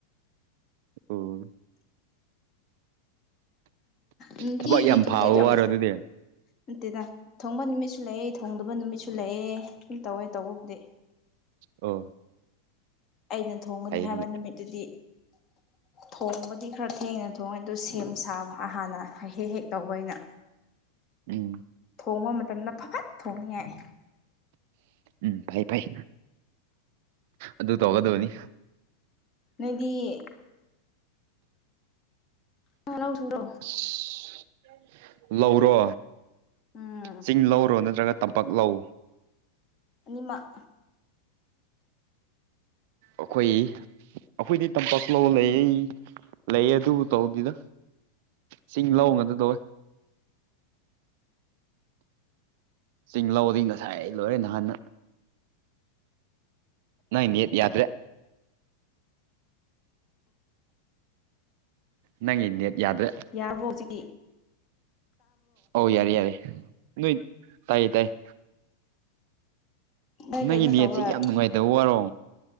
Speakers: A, on the right; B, on the left.
A: ꯑꯣ
B: ꯅꯨꯡꯇꯤꯒꯤꯗꯤ
A: ꯊꯕꯛ ꯌꯥꯝ
B: ꯊꯣꯡꯗꯦꯗ
A: ꯐꯕ ꯋꯥꯔꯣ ꯑꯗꯨꯗꯤ
B: ꯅꯠꯇꯦꯗ ꯊꯣꯡꯕ ꯅꯨꯃꯤꯠꯁꯨ ꯂꯩ ꯊꯣꯡꯗꯕ ꯅꯨꯃꯤꯠꯁꯨ ꯂꯩꯌꯦ ꯁꯨꯝ ꯇꯧꯋꯦ ꯇꯧꯕꯕꯨꯗꯤ
A: ꯑꯣ
B: ꯑꯩꯅ ꯊꯣꯡꯒꯅꯤ
A: ꯐꯩ
B: ꯍꯥꯏꯕ
A: ꯑꯗꯨꯗꯤ
B: ꯅꯨꯃꯤꯠ ꯇꯨꯗꯤ ꯊꯣꯡꯕꯗꯤ ꯈꯔ ꯊꯦꯡꯅ ꯊꯣꯡꯉꯦ ꯑꯗꯨ ꯁꯦꯝ ꯁꯥꯕ ꯍꯥꯟꯅ ꯍꯦꯛ ꯍꯦꯛ ꯇꯧꯕ ꯑꯩꯅ
A: ꯎꯝ
B: ꯊꯣꯡꯕ ꯃꯇꯝꯗ ꯐꯠ ꯊꯣꯡꯅꯤꯡꯉꯥꯏ
A: ꯎꯝ ꯐꯩ ꯐꯩ ꯑꯗꯨ ꯇꯧꯒꯗꯕꯅꯤ
B: ꯅꯣꯏꯗꯤ ꯑꯥ ꯂꯧꯁꯨꯕ꯭ꯔꯣ
A: ꯑꯁ ꯂꯧꯔꯣ
B: ꯎꯝ
A: ꯆꯤꯡ ꯂꯧꯔꯣ ꯅꯠꯇ꯭ꯔꯒ ꯇꯝꯄꯥꯛ ꯂꯧ
B: ꯑꯅꯤꯃꯛ
A: ꯑꯈꯣꯏ ꯑꯈꯣꯏꯗꯤ ꯇꯝꯄꯥꯛ ꯂꯧ ꯂꯩ ꯂꯩ ꯑꯗꯨꯕꯨ ꯇꯧꯗꯦꯗ ꯆꯤꯡ ꯂꯧ ꯉꯥꯛꯇ ꯇꯧꯋꯦ ꯆꯤꯡ ꯂꯧꯗꯤ ꯉꯁꯥꯏ ꯂꯣꯏꯔꯦ ꯅꯍꯥꯟꯅ ꯅꯥꯏꯅꯦꯠ ꯌꯥꯗ꯭ꯔꯦ ꯅꯪꯒꯤ ꯅꯦꯠ ꯌꯥꯗ꯭ꯔꯦ
B: ꯌꯥꯔꯕꯣ ꯍꯧꯖꯤꯛ
A: ꯑꯣ ꯌꯥꯔꯦ ꯌꯥꯔꯦ ꯅꯣꯏ ꯇꯥꯏꯌꯦ ꯇꯥꯏꯌꯦ
B: ꯅꯣꯏ
A: ꯅꯪꯒꯤ
B: ꯀꯩꯅꯣ
A: ꯅꯦꯠꯁꯦ
B: ꯇꯧꯕ꯭ꯔꯥ
A: ꯌꯥꯝ ꯅꯨꯡꯉꯥꯏꯇꯕ ꯋꯥꯔꯣ